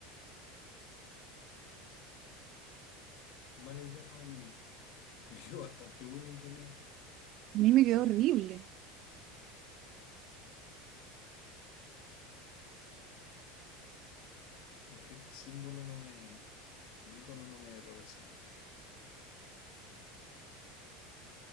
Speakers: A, on the left; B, on the right.
A: mala idea el amarillo. Me quedó bastante bueno en realidad.
B: A mí me quedó
A: A ver,
B: horrible.
A: es que este símbolo no me. El icono no me representa.